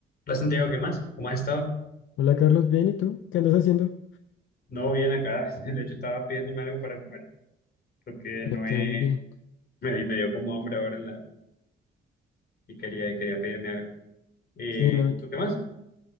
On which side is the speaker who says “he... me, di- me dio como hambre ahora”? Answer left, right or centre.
Left